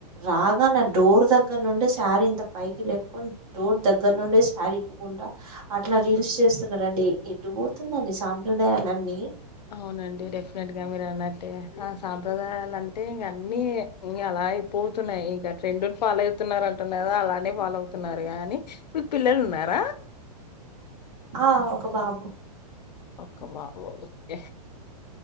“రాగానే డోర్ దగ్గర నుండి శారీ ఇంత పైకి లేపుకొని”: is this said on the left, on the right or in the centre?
Right